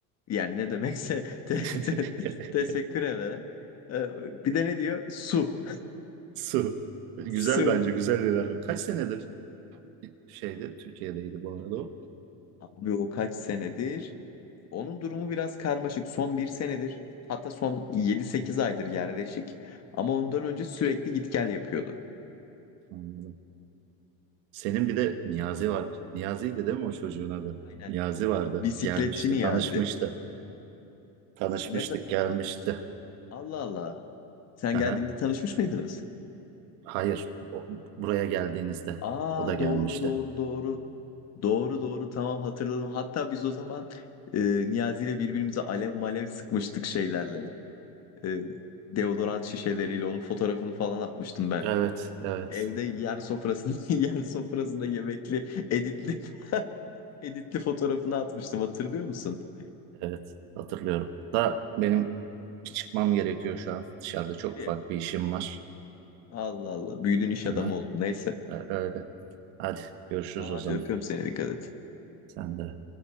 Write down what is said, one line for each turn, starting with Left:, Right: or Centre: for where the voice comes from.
Left: Yani ne demekse <laughs> te-
Right: <laughs>
Left: te- teşekkür ederim. Ee, bir de ne diyor? Su. <laughs>
Right: Su. Güzel
Left: Su.
Right: bence güzel bir ilerleme. Kaç senedir şeyde Türkiye'deydi bu arada o.
Left: Abi o kaç senedir? Onun durumu biraz karmaşık. Son bir senedir hatta son yedi sekiz aydır yerleşik. Ama ondan önce sürekli git gel yapıyordu.
Right: Anladım. Senin bir de Niyazi var. Niyazi'ydi değil mi o çocuğun adı?
Left: Aynen.
Right: Niyazi vardı.
Left: Bisikletçi
Right: Gelmişti,
Left: Niyazi.
Right: tanışmıştı. Tanışmıştık,
Left: Ne za-
Right: gelmişti.
Left: Allah Allah. Sen
Right: Aha.
Left: geldiğinde tanışmış mıydınız?
Right: Hayır, o- buraya geldiğinizde
Left: Aa
Right: o da gelmişti.
Left: doğru doğru doğru. Doğru doğru tamam hatırladım. Hatta biz o zaman e, Niyazi ile birbirimize alev malev sıkmıştık şeylerle. E, deodorant şişeleriyle onun fotoğrafını falan atmıştım ben.
Right: Evet, evet,
Left: Evde yer sofrasında <laughs> yer sofrasında yemekli editli editli fotoğrafını atmıştım hatırlıyor musun?
Right: evet. Hatırlıyorum. Da benim çıkmam gerekiyor şu an. Dışarıda çok
Left: Nereye?
Right: ufak bir işim var.
Left: Allah Allah büyüdün iş
Right: Aha.
Left: adamı oldun neyse.
Right: e- Öyle. Hadi görüşürüz
Left: Tamam
Right: o
Left: hadi
Right: zaman.
Left: öpüyorum seni dikkat et.
Right: Sen de.